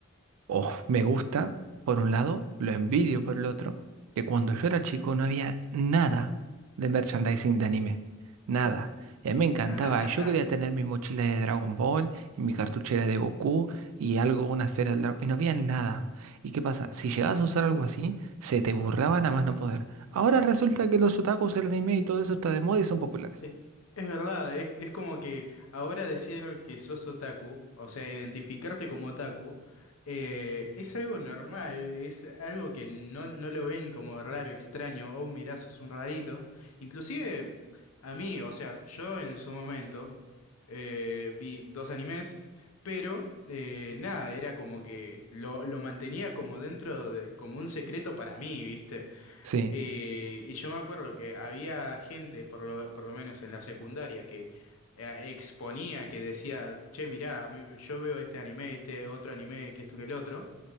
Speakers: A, on the right; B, on the left.
A: Oh, me gusta, por un lado, lo envidio por el otro, que cuando yo era chico no había nada de merchandising de anime, nada. Y a mí me encantaba,
B: <laughs>
A: yo quería tener mi mochila de Dragon Ball y mi cartuchera de Goku y algo, una esfera del dragón, y no había nada. ¿Y qué pasa? Si llegabas a usar algo así, se te burlaban a más no poder. Ahora resulta que los otakus, el anime y todo eso está de moda y son populares.
B: Es, es verdad, es, es como que ahora decir que sos otaku, o sea, identificarte como otaku, eh, es algo normal, es algo que no, no lo ven como raro, extraño, oh, mirá, sos un rarito. Inclusive a mí, o sea, yo en su momento eh, vi dos animes, pero eh, nada, era como que lo, lo mantenía como dentro de, como un secreto para mí, ¿viste?
A: Sí,
B: Eh, y yo me acuerdo que había gente, por lo, por lo menos en la secundaria, que eh, exponía, que decía, che, mirá, a mí- yo veo este anime, este otro anime, que esto, que el otro,